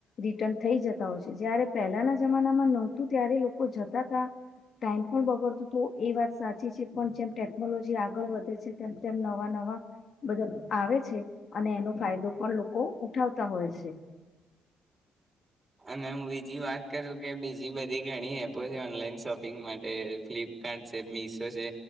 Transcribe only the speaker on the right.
અને હું બીજી વાત કરું કે બીજી બધી ઘણી એપો છે ઓનલાઈન શોપિંગ માટે ફ્લિપકાર્ટ છે મિશો છે